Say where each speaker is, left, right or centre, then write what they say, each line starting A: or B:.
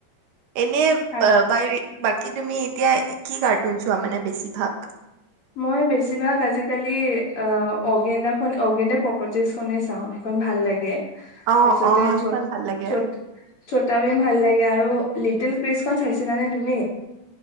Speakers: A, on the right (about 75°); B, on the left (about 40°).
A: এনেই
B: কাৰ-
A: বা ব তাই এই বাকী তুমি এতিয়া কি কাৰ্টুন চোৱা মানে বেছিভাগ?
B: মই বেছিভাগ আজিকালি অ অৰ্গেন্দা খন অৰ্গেন্দা কক্ৰচেছখনে চাওঁ সেইখন ভাল লাগে।
A: অ
B: তাৰপিছতে
A: অ সেইখন
B: ছত
A: ভাল লাগে
B: ছত ছোটা ভীম ভাল লাগে। এয়া আৰু লিটিল ক্ৰিষ্টখন চাইছিলানে তুম?